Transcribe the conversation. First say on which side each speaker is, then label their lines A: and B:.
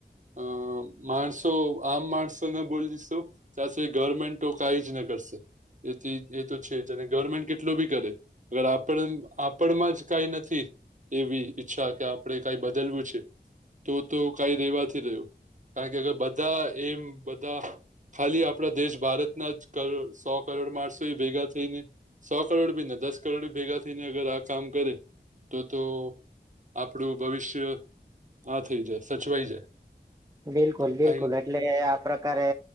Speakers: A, on the right; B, on the right.
A: અ માણસો, આમ માણસોને બોલીશું. તાસી ગવર્મેન્ટ તો કંઈ જના કરશે, એથી એતો છે, જને ગવર્મેન્ટ કેટલો ભી કરે. અગર આપણ આપણમાં જ કંઈ નથી એવી ઈચ્છા કે, આપણે કંઈ બદલવું છે. તો તો કંઈ રેવાથી રહ્યું કારણ કે, અર બધા એમ બધાં. ખાલી આપણા દેશ ભારતના જ કરસો કરોડ મારસો, ભેગા થઈને. સો કરોડ ભીને, દસ કરોડી ભેગા થઈને, અગર આ કામ કરે તો તો. આપણું ભવિષ્ય. હા, થઇ જાય. સચવાઈ જાય.
B: બિલકુલ,
A: ટાઈમ
B: બિલકુલ એટલે આ પ્રકારે.